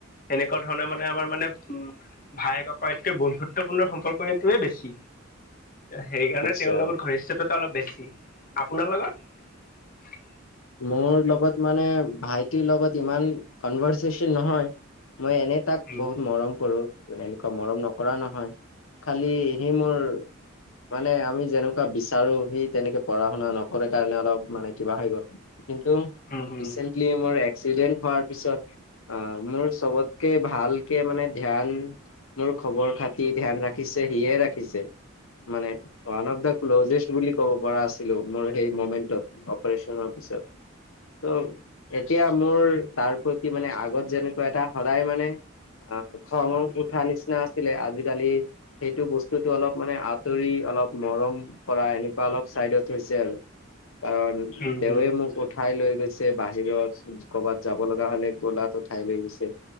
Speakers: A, on the left; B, on the left.
A: এনেকুৱা ধৰণে মানে আমাৰ মানে উ ভায়েক ককায়েতকৈ বন্ধুত্বপূৰ্ণ সম্পৰ্কটোৱে বেছি। সেইকাৰণে
B: আচ্ছা
A: তেওঁৰ লগত ঘনিষ্ঠততা অলপ বেছি। আপোনাৰ লগত?
B: মোৰ লগত মানে ভাইটিৰ লগত ইমান কনভাৰ্চেচন নহয়। মই এনেই তাক
A: উম
B: বহুত মৰম কৰো। এনেকুৱা মৰম নকৰা নহয় খালি সি মোৰ মানে আমি যেনেকুৱা বিচাৰো সি তেনেকে পঢ়া শুনা নকৰে কাৰণে অলপ মানে কিবা হৈ গ'ল। কিন্তু
A: উম উম।
B: ৰিচেন্টলি মোৰ এক্সিডেন্ট হোৱাৰ পিছত আ মোৰ চবতকে ভা ভালকে মানে ধ্যান নৰ খবৰ খাতি ধ্যান ৰাখিছে সিয়ে ৰাখিছে। মানে ওৱান অফ দা ক্ল'জেষ্ট বুলি ক'ব পৰা আছিলো মোৰ সেই মমেন্টত অপাৰচনৰ পিছত।
A: <inaudible>
B: ত এতিয়া মোৰ তাৰ প্ৰতি মানে আগত যেনেকুৱা এটা সদায় মানে অ' খং উঠা নিচিনা আছিলে আজিকালি সেইটো বস্তুতো অলপ মানে আঁতৰি অলপ মৰম কৰা এনেকুৱা অলপ চাইডত হৈছে আৰু কাৰণ
A: উম হুম
B: দেৱে মোক উঠাই লৈ গৈছে বাহিৰত কৰ'বাত যাব লগা হলে কোলাত উঠাই লৈ গৈছে।